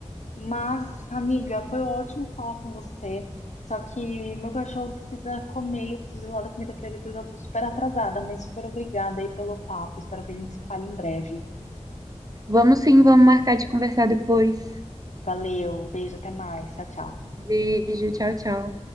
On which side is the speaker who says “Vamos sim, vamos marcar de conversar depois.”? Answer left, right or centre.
Right